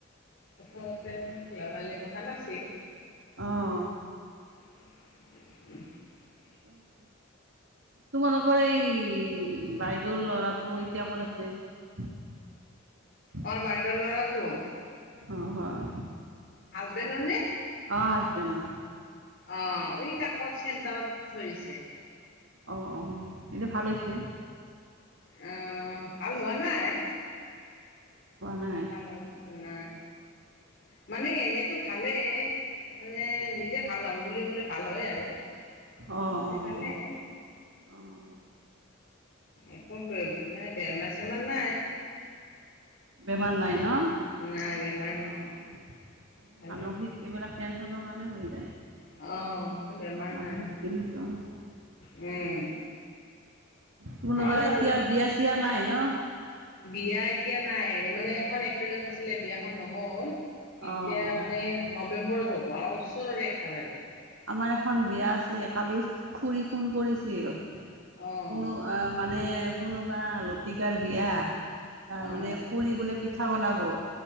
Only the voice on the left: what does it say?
প্ৰথমতে লগালে কথা নাছিল।
<inaudible>
আমাৰ বাইদেউৰ ল'ৰাটো?
<unintelligible>
অ এইটা ক'ত চেণ্টাৰত ধৰিছে।
অহ ভাল হোৱা নাই।
<unintelligible> মানে এনেতো ভালেই, মানে নিজে ভাল হ'ম বুলি কলে। ভাল হয় আৰু
মানে
ভালেই।
একো এই বেমাৰ-ছেমাৰ নাই।
নাই বেমাৰ নাই,
ভালে।
অ। মোৰ
বেমাৰ নাই, উম।
আমাৰো
আৰু
বিয়া এতিয়া নাই, মানে এখন এপ্ৰিলত আছিলে বিয়াখন নহ'ল। এতিয়া
মানে নৱেম্বৰত হব, আমাৰ ওচৰৰে একেবাৰে।
অ',
অ'।